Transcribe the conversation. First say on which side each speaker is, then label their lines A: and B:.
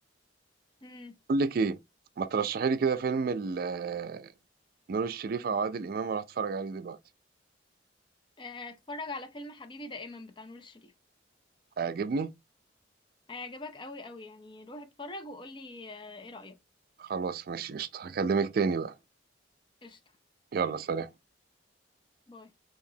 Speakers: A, on the left; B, on the right.
A: امم
B: اقول لك ايه ما ترشحي لي كده فيلم ال- آه، نور الشريف او عادل امام اروح اتفرج عليه دلوقتي
A: آه، اتفرج على فيلم حبيبي دائما بتاع نور الشريف
B: هيعجبني
A: هيعجبك قوي قوي يعني روح اتفرج وقولي آه، ايه رأيك
B: خلاص ماشي قشطة هكلمك تاني بقى
A: قشطه
B: يلا سلام
A: باي